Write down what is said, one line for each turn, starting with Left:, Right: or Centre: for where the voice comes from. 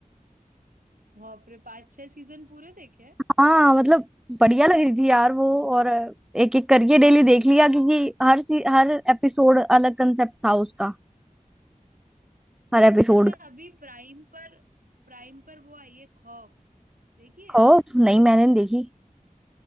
Right: बाप रे पांच छह सीजन पूरे देखे हैं
Centre: हाँ मतलब बढ़िया लग रही थी यार वो और एक एक करके डेली देख लिया क्योंकि हर सी, हर एपिसोड अलग कंसेप्ट था उसका हर एपिसोड
Right: अच्छा
Centre: का
Right: अभी प्राइम पर प्राइम पर वो आई है खौफ देखिए
Centre: खौफ नहीं मैंने नहीं देखी